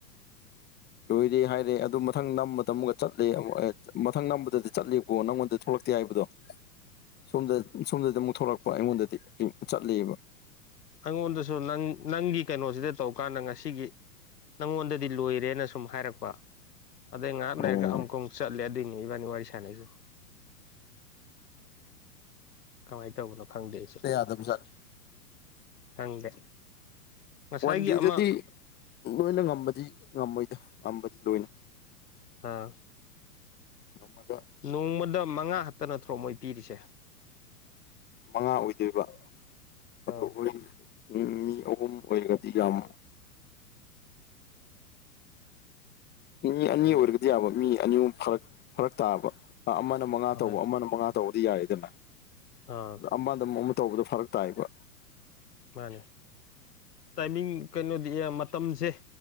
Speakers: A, on the left; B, on the left.
A: <inaudible>
B: ꯂꯣꯏꯔꯦ ꯍꯥꯏꯔꯦ ꯑꯗꯨ ꯃꯊꯪ ꯅꯝꯕꯗ ꯑꯃꯨꯛ ꯆꯠꯂꯦ ꯃꯊꯪ ꯅꯝꯕꯗꯗꯤ ꯆꯠꯂꯦꯀꯣ ꯅꯪꯉꯣꯟꯗ ꯊꯣꯛꯂꯛꯇꯦ ꯍꯥꯏꯕꯗꯣ꯫
A: <unintelligible>
B: ꯁꯣꯝꯗ ꯁꯣꯝꯗꯗꯤ ꯑꯃꯨꯛ ꯊꯣꯛꯂꯛꯄ ꯑꯩꯉꯣꯟꯗꯗꯤ ꯆꯠꯂꯤꯕ꯫
A: ꯑꯩꯉꯣꯟꯗꯁꯨ ꯅꯪ ꯅꯪꯒꯤ ꯀꯩꯅꯣꯁꯤꯗ ꯇꯧꯀꯥꯟꯗ ꯉꯁꯤꯒꯤ ꯅꯪꯉꯣꯟꯗꯗꯤ ꯂꯣꯏꯔꯦꯅ ꯁꯨꯝ ꯍꯥꯏꯔꯛꯄ ꯑꯗꯩ ꯉꯥꯏꯍꯥꯛ ꯂꯩꯔꯒ
B: ꯑꯣ
A: ꯑꯃꯨꯛꯀ ꯑꯃꯨꯛ ꯆꯠꯂꯦ ꯑꯗꯨꯏꯅꯦ ꯏꯕꯥꯅꯤ ꯋꯥꯔꯤ ꯁꯥꯟꯅꯩꯁꯤ꯫ ꯀꯃꯥꯏꯅ ꯇꯧꯕꯅꯣ ꯈꯪꯗꯦ ꯑꯩꯁꯦ꯫
B: ꯑꯗꯨꯗ ꯄꯩꯁꯥ
A: ꯈꯪꯗꯦ꯫ ꯉꯁꯥꯏꯒꯤ
B: ꯋꯥꯟ ꯗꯦꯗꯗꯤ
A: ꯑꯃ
B: ꯂꯣꯏꯅ ꯉꯝꯕꯗꯤ ꯉꯝꯃꯣꯏꯗ ꯉꯝꯕꯗꯤ ꯂꯣꯏꯅ꯫
A: ꯑꯥ꯫
B: ꯅꯣꯡꯃꯗ꯫
A: ꯅꯣꯡꯃꯗ ꯃꯉꯥ ꯍꯛꯇ ꯅꯥꯠꯇꯔꯣ ꯃꯣꯏ ꯄꯤꯔꯤꯁꯦ꯫
B: ꯃꯉꯥ ꯑꯣꯏꯗꯣꯏꯕ ꯑꯗꯣ
A: ꯑꯥ
B: ꯑꯩꯈꯣꯏ ꯃꯤ ꯑꯍꯨꯝ ꯑꯣꯏꯔꯒꯗꯤ ꯌꯥꯝ ꯃꯤ ꯑꯅꯤ
A: ꯎꯝ
B: ꯑꯣꯏꯔꯒꯗꯤ ꯌꯥꯕ ꯃꯤ ꯑꯅꯤ ꯑꯍꯨꯝ ꯐꯔꯛ ꯐꯔꯛ ꯇꯥꯕ ꯑꯃꯅ ꯃꯉꯥ
A: ꯍꯣꯏ
B: ꯇꯧꯕ ꯑꯃꯅ ꯃꯉꯥ ꯇꯧꯕꯗꯤ ꯌꯥꯏꯌꯦꯗꯅ꯫
A: ꯑꯥ꯫
B: ꯑ ꯑꯃꯗ ꯑꯃꯨꯛ ꯑꯃ ꯇꯧꯕꯗ ꯐꯔꯛ ꯇꯥꯏꯕ꯫
A: ꯃꯥꯅꯦ ꯇꯥꯏꯃꯤꯡ ꯀꯩꯅꯣꯗꯤ ꯃꯇꯝꯁꯦ